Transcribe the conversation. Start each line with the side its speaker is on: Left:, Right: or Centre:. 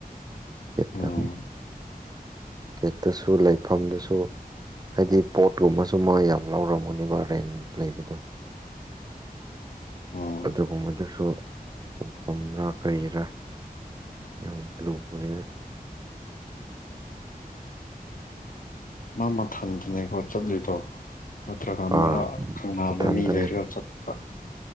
Right: ꯌꯦꯠꯇ
Left: ꯎꯝ
Right: ꯀꯦꯛꯇꯁꯨ ꯂꯩꯐꯝꯗꯁꯨ ꯍꯥꯏꯗꯤ ꯄꯣꯠꯀꯨꯝꯕꯁꯨ ꯃꯥ ꯌꯥꯝ ꯂꯧꯔꯝꯒꯨꯅꯦꯕ ꯔꯦꯟ ꯂꯩꯕꯗꯣ
Left: ꯎꯝ
Right: ꯑꯗꯨꯒꯨꯝꯕꯗꯨꯁꯨ ꯐꯝꯐꯝꯔꯥ ꯀꯔꯤꯔꯥ ꯌꯥꯝ ꯂꯨꯕꯅ
Left: ꯃꯥ ꯃꯊꯜ ꯑꯗꯩꯀꯣ ꯆꯠꯂꯤꯨꯗꯣ ꯅꯠꯇ꯭ꯔꯒ
Right: ꯑꯥ
Left: ꯃꯥ ꯀꯪꯂꯕ
Right: ꯃꯊꯟꯇꯅꯦ
Left: ꯃꯤ ꯂꯩꯔꯒ ꯆꯠꯄ